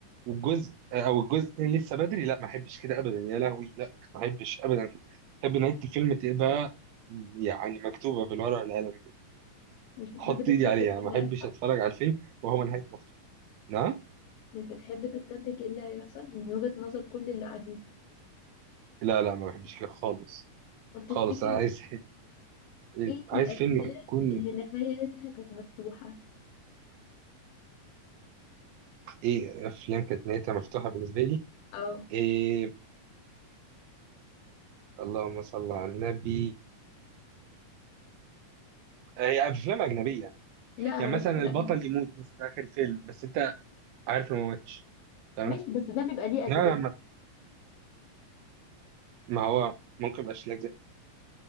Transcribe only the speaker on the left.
مش بتحب
تستنتج
ايه
اللي
هيحصل
مش بتحب تستنتج ايه اللي هيحصل من وجهة نظر كل اللي قاعدين
طب تفتكر
ايه الافلام
اللي نهايتها كانت مفتوحة
اه
لا انا
ماليش
في الاجنبي
ماشي بس ده بيبقى ليه اجزاء